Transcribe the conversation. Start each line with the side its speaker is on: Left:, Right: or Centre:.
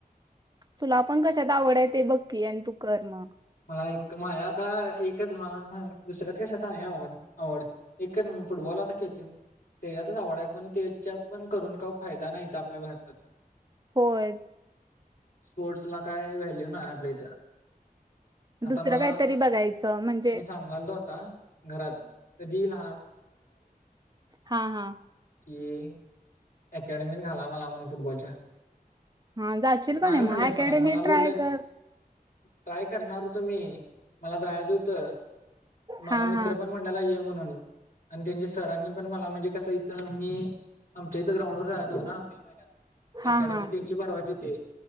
Right: तुला पण कशात आवड आहे ते बघकी आणि तू कर मग.
Left: माझ्या आता एकच मला दुसऱ्यात कशात आवड आवड एकच फुटबॉल. त्याच्यातच आवडा आहे पण त्याच्यात पण करून का फायदा नाहीत आपल्या भारतात.
Right: होय
Left: स्पोर्ट्स ला काय व्हॅल्यू नाही आपल्या इथं. आता
Right: दुसरं
Left: मला
Right: काहीतरी बघायचं म्हणजे
Left: मी सांगाल तो आता घरात कधी ल
Right: हां हां
Left: कि अकॅडमीत घाला मला म्हणून फुटबॉलच्या.
Right: हा जाशील का नाही
Left: म्हणलेत
Right: मग अकॅडमी
Left: मला मला बोललेत
Right: ट्राय कर.
Left: ट्राय करणार होतो मी. मला जायचं होतं मला
Right: हा
Left: मित्र
Right: हा
Left: पण म्हंटयला ये म्हणून आणि त्यांची सरांनी पण मला म्हणजे कस इथं मी आमच्या इथं ग्राउंड वर जायचो ना मे महिन्यात.
Right: हा
Left: अकॅडमी
Right: हा
Left: त्यांची भरवाची होती.